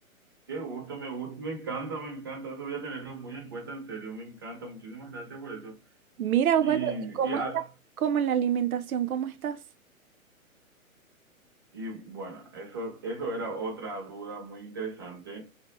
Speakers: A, on the right; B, on the right.
A: Qué gusto, me gusta, me encanta, me encanta. Eso voy a tenerlo muy en cuenta, en serio, me encanta. Muchísimas gracias por eso.
B: Mira,
A: Y,
B: Osvaldo, ¿y ¿cómo
A: y, a-
B: estás? ¿Cómo en la alimentación? ¿Cómo estás?
A: y bueno, eso, eso era otra duda muy interesante